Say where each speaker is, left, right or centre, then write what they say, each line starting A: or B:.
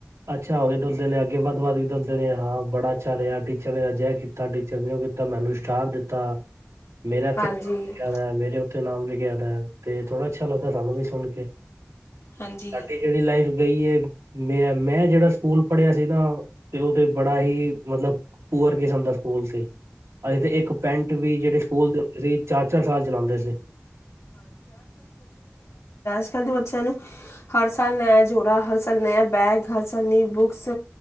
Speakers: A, on the right; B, on the left.
A: ਅੱਛਾ, ਓਦੋਂ ਤੋ ਬੇਲੇ ਅੱਗੇ ਵੱਧ ਵੱਧ ਕੇ ਦਸਦੇ ਨੇ, ਹਾਂ ਬੜਾ ਅੱਛਾ ਰਿਹਾ, ਟੀਚਰ ਨੇ ਅਜ ਏ ਕੀਤਾ, ਟੀਚਰ ਨੇ ਉਹ ਕੀਤਾ, ਮੈਨੂੰ ਸਟਾਰ ਦਿੱਤਾ। ਆ, ਮੇਰਾ
B: ਹਾਂਜੀ
A: <unintelligible> ਨਾਮ ਲਿਖਯਾਂ ਦਾ ਓਤੇ ਥੋੜਾ ਅੱਛਾ ਲੱਗਦਾ ਸਾਨੂੰ ਵੀ ਸੁਣ ਕੇ
B: ਹਾਂਜੀ
A: ਸਾਡੀ ਜਿਹੜੀ ਲਾਈਫ ਗਈ ਏ ਮੈਂ, ਮੈਂ ਜਿਹੜਾ ਸਕੂਲ ਪੜ੍ਹਿਆ ਸੀ ਨਾ ਤੇ ਉਹ ਤੇ ਬੜਾ ਹੀ ਮਤਲਬ ਪੂਅਰ ਕਿਸਮ ਦਾ ਸਕੂਲ ਸੀ ਅਸੀ ਤੇ ਇੱਕ ਪੈਂਟ ਵੀ ਜਿਹੜੇ ਸਕੂਲ ਦੀ ਹੂੰਦੀ ਸੀ ਚਾਰ, ਚਾਰ ਸਾਲ ਚਲਾਉਂਦੇ ਸੀ।
B: ਆਦੋ ਅੱਛਾ ਹੈ ਹਰ ਸਾਲ ਨੇਹਾ ਜੋੜਾ, ਹਰ ਸਾਲ ਨੇਹਾ ਆ ਬੈਗ, ਹਰ ਸਾਲ ਨਈ ਬੁਕਸ